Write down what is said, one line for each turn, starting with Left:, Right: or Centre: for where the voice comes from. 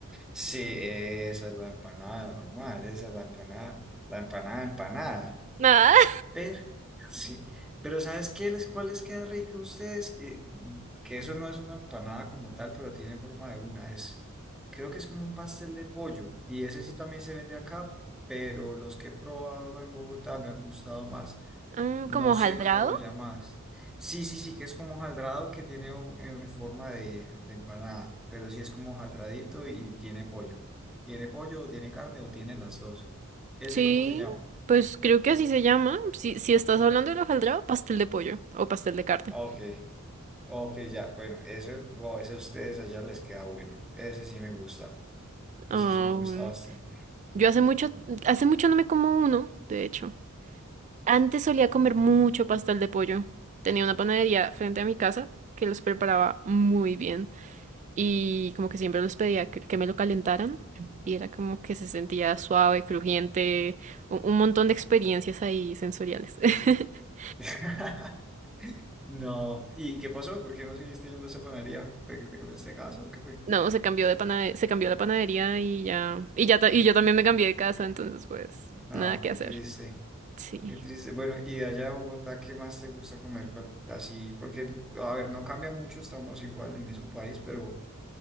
Centre: Sí, esa es la empanada normal, esa es la empanada, la empanada empanada.
Right: Nada.
Centre: Pero, sí, pero ¿sabes qué les, cuál les queda rica a ustedes? Eh, que eso no es una empanada como tal, pero tiene forma de una. Es, creo que es como un pastel de pollo. Y ese sí también se vende acá, pero los que he probado en Bogotá me han gustado más.
Right: Mm,
Centre: No
Right: ¿como
Centre: sé
Right: hojaldrado?
Centre: cómo lo llamas. Sí, sí, sí, que es como hojaldrado que tiene un- en forma de, de empanada, pero sí es como hojaldradito y tiene pollo. Tiene pollo o tiene carne o tiene las dos. ¿Ese
Right: Sí,
Centre: cómo se llama?
Right: pues creo que así se llama. Si, si estás hablando del hojaldrado, pastel de pollo o pastel de carne.
Centre: Ah, ok, ok, ya, bueno, ese, wow, ese a ustedes allá les queda bueno. Ese sí me gusta. Ese
Right: Ah,
Centre: sí me gusta
Right: bueno.
Centre: bastante.
Right: Yo hace mucho, hace mucho no me como uno, de hecho. Antes solía comer mucho pastel de pollo. Tenía una panadería frente a mi casa que los preparaba muy bien y como que siempre los pedía que, que me lo calentaran y era como que se sentía suave, crujiente, un, un montón de experiencias ahí sensoriales. <laughs>
Centre: <laughs> No, ¿y qué pasó? ¿Por qué no seguiste yendo a esa panadería? ¿Te, te cambiaste de casa o qué fue?
Right: No, se cambió de panade- se cambió la panadería y ya y ya ta- y yo también me cambié de casa, entonces pues
Centre: No,
Right: nada que
Centre: qué
Right: hacer.
Centre: triste.
Right: Sí.
Centre: Qué triste. Bueno, y de allá a Bogotá, ¿qué más te gusta comer? ¿Cuál- Así, porque, a ver, no cambia mucho, estamos igual en el mismo país, pero,